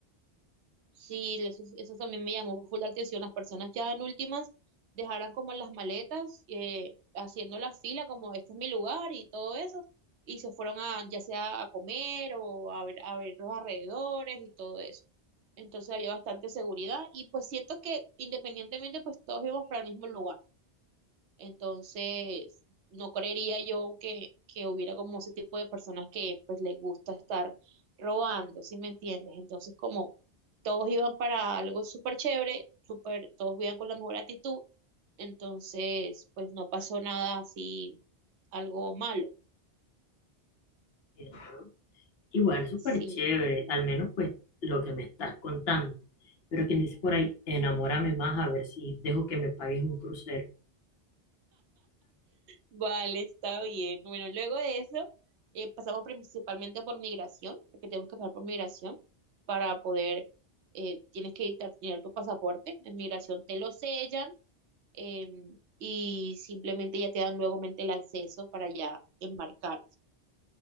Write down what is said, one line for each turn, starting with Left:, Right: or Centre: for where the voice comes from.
Right: Sí, eso, eso también me llamó full la atención. Las personas ya en últimas dejaran como las maletas, eh, haciendo la fila como este es mi lugar y todo eso, y se fueron a ya sea a comer o a ver, a ver los alrededores y todo eso. Entonces había bastante seguridad y pues siento que independientemente pues todos íbamos para el mismo lugar. Entonces, no creería yo que, que hubiera como ese tipo de personas que pues les gusta estar robando, ¿sí me entiendes? Entonces, como todos iban para algo súper chévere, súper, todos iban con la mejor actitud, entonces, pues no pasó nada así, algo malo,
Left: Y, ¿no? Igual súper
Right: sí.
Left: chévere, al menos pues lo que me estás contando. Pero quien dice por ahí, enamórame más a ver si dejo que me pagues un crucero.
Right: Vale, está bien. Bueno, luego de eso, eh, pasamos principalmente por migración, porque tenemos que pasar por migración para poder, eh, tienes que dictar- tener tu pasaporte. En migración te lo sellan em, y simplemente ya te dan luego el acceso para ya embarcar.